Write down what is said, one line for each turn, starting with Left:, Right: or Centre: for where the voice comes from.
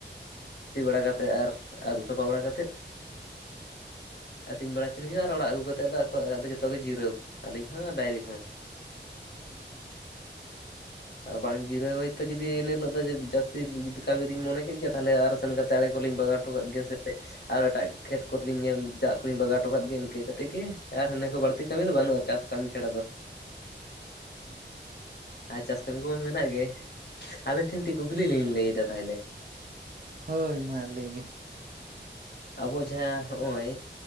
Left: ᱥᱤ ᱵᱟᱲᱟ ᱠᱟᱛᱮᱫ ᱟᱨ ᱟᱹᱨᱩᱵ ᱥᱟᱯᱷᱟ ᱵᱟᱲᱟ ᱠᱟᱛᱮᱫ ᱟᱹᱛᱤᱧ ᱵᱟᱲᱟ ᱠᱤᱱ ᱦᱩᱭᱩᱜ-ᱟ ᱟᱨ ᱚᱲᱟᱜ ᱟᱹᱜᱩ ᱠᱟᱛᱮᱫ ᱫᱚ ᱟᱠᱚ ᱫᱚ ᱡᱚᱛᱚ ᱜᱮ ᱡᱤᱨᱟᱹᱣ ᱟᱹᱞᱤᱧ ᱦᱚᱸ ᱰᱟᱝᱨᱤ ᱦᱚᱸ <inaudible>
Right: ᱦᱩᱸ ᱦᱮᱸ
Left: <inaudible> ᱟᱨ ᱵᱟᱝ ᱡᱤᱨᱟᱹᱣ ᱦᱳᱭᱛᱚ ᱡᱩᱫᱤ ᱮᱱ ᱦᱤᱞᱳᱜ ᱫᱚ ᱡᱟᱹᱥᱛᱤ ᱡᱩᱫᱤ ᱠᱟᱹᱢᱤᱨᱤᱧ ᱢᱚᱱᱮ ᱠᱮᱫ ᱜᱮ ᱛᱟᱦᱚᱞᱮ ᱟᱨᱦᱚᱸ ᱥᱮᱱ ᱠᱟᱛᱮ ᱫᱟᱲᱮ ᱠᱚᱞᱤᱧ ᱵᱟᱜᱟᱣ ᱦᱚᱴᱚ ᱠᱟᱫ ᱜᱮᱭᱟ ᱥᱮ ᱟᱨ ᱮᱴᱟᱜ ᱠᱷᱮᱛ ᱠᱚᱨᱮᱞᱤᱧ ᱧᱮᱞ ᱫᱟᱜ ᱠᱚᱞᱤᱧ ᱵᱟᱜᱟᱣ ᱦᱚᱴᱚ ᱠᱟᱜ ᱜᱮᱭᱟ ᱤᱱᱠᱟᱹ ᱠᱟᱛᱮᱫ ᱜᱮ ᱟᱨ ᱮᱱᱟᱹᱠᱷ ᱵᱟᱹᱲᱛᱤ ᱠᱟᱹᱢᱤ ᱫᱚ ᱵᱟᱹᱱᱩᱜ-ᱟ ᱪᱟᱥ ᱠᱟᱹᱢᱤ ᱪᱟᱲᱟ ᱫᱚ
Right: ᱟᱪᱷᱟᱷᱟ
Left: ᱟᱨ ᱪᱟᱥ ᱠᱟᱹᱢᱤ ᱠᱚᱢᱟ ᱢᱮᱱᱟᱜ ᱜᱮ ᱟᱵᱮᱱ ᱴᱷᱮᱱ ᱛᱤ ᱠᱩᱠᱞᱤ ᱞᱤᱧ ᱞᱟᱹᱭᱫᱟ ᱛᱟᱦᱚᱞᱮ
Right: ᱦᱳᱭ ᱢᱟ ᱞᱟᱹᱭ ᱵᱤᱱ
Left: ᱟᱵᱚ ᱡᱟᱦᱟᱸ ᱦᱚᱜ-ᱚᱭ